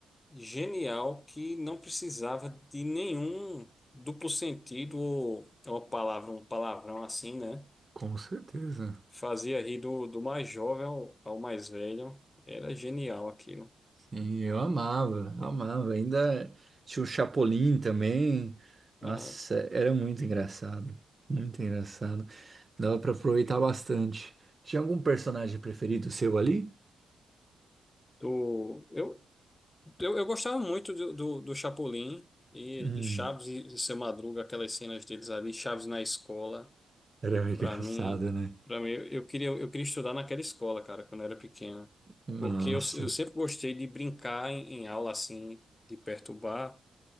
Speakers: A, on the left; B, on the right.
A: genial que não precisava de nenhum duplo sentido ou uma palavra, um palavrão assim, né?
B: com certeza.
A: Fazia rir do, do mais jovem ao, ao mais velho. Era genial aquilo.
B: Sim, eu amava, amava. Ainda tinha o Chapolin também. Nossa,
A: Ah,
B: era muito engraçado. Muito engraçado. Dava pra aproveitar bastante. Tinha algum personagem preferido seu ali?
A: Do, eu, eu, eu gostava muito do, do, do Chapolin e
B: Hum,
A: de Chaves e de Seu Madruga, aquelas cenas deles ali, Chaves na escola.
B: era <laughs> engraçado,
A: Para mim,
B: né?
A: para mim eu, eu queria, eu queria estudar naquela escola, cara, quando eu era pequeno.
B: Nossa,
A: Porque eu, eu sempre gostei de brincar em, em aula assim, de perturbar.